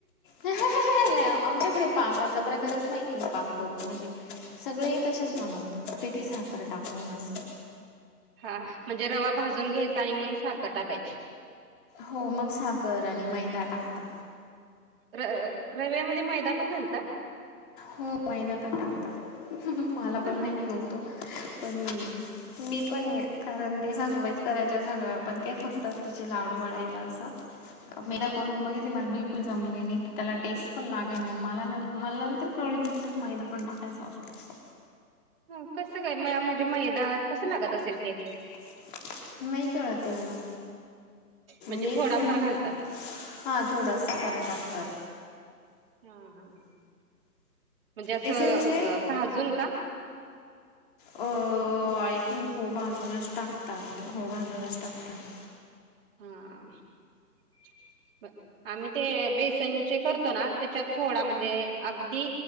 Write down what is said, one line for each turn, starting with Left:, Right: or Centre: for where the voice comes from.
Left: नाही आमच्याकडे पाकाचा प्रकारच माहत नाही पाक करून म्हणजे सगळे तसेच बनवतात पेठी साखर टाकून असत
Right: हा म्हणजे रवा भाजून घ्यायचा आणि मग साखर टाकायची
Left: हो मग साखर आणि मैदा टाकता.
Right: र रव्यामध्ये मैदा पण घालता
Left: हो मैदा पण टाकता मला
Right: हा
Left: पण माहित नव्हतो पण. मी पण ये कारण देसाासोबेच करायच्या सगळ्या पण काय फक्त त्याचे लाडू वळाायला असं. मीदा करून बघितली मला बिलकुल जमलेली त्याला टेस्ट पण लागे ना मला मला तर कळगी तिच्यात मैदा पण टाकायचां असतो.
Right: ह कसं काय म्हणजे मैदाात कसं लागत असेल ते.
Left: नाही कळत तेवढं
Right: म्हणजे
Left: मे
Right: थोडाफार
Left: म्ह
Right: घालतात.
Left: हा थोडा खारं टाकतात
Right: हा हा म्हणजे असं
Left: बेसनचे
Right: भाजून का
Left: अ आय थिंक हो भाजूनच टाकतात होऊ बाजूनच टाकतात
Right: हा आम्ही ते बेसनचे करतो ना त्याच्यात थोडा म्हणजे अगदी